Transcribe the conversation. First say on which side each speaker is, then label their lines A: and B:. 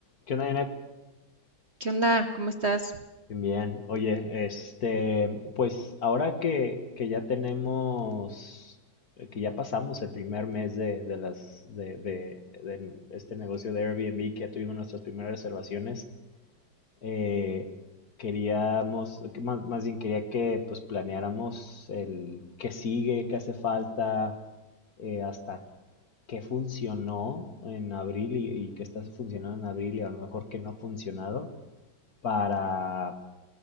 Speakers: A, on the left; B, on the right.
A: ¿Qué onda, Janet?
B: ¿Qué onda? ¿Cómo estás?
A: Bien, bien. Oye, este, pues ahora que, que ya tenemos, eh, que ya pasamos el primer mes de, de las, de, de- de este negocio de Airbnb, que ya tuvimos nuestras primeras reservaciones, eh, queríamos, que más, más bien quería que pues planeáramos el qué sigue, qué hace falta, eh, hasta qué funcionó en abril y, y qué está funcionando en abril y a lo mejor qué no ha funcionado para